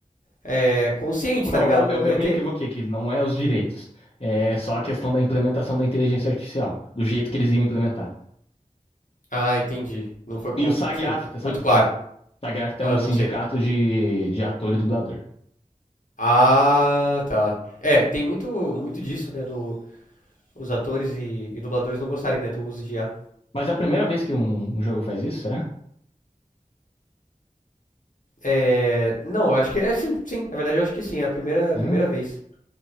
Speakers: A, on the left (about 70°); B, on the left (about 45°).
A: é, consciente, tá
B: Não,
A: ligado?
B: eu, eu,
A: Não ia
B: eu me
A: ter.
B: equivoquei aqui, não é os direitos. É só a questão da implementação da inteligência artificial, do jeito que eles iam implementar.
A: Ah, entendi. Não foi como,
B: E o SAG-AFTRA,
A: tipo, muito
B: sabe o
A: claro.
B: que que é? SAG-AFTRA
A: Ah,
B: é um
A: não
B: sindicato
A: sei.
B: de, de ator e dublador.
A: Ah, tá. É, tem muito, muito disso, né? Do, os atores e, e dubladores não gostarem, né, do uso de I a.
B: Mas é a primeira vez que um, um jogo faz isso, será?
A: É, não, eu acho que é sim, sim. Na verdade, eu acho que sim. É a primeira,
B: Hã?
A: a primeira vez.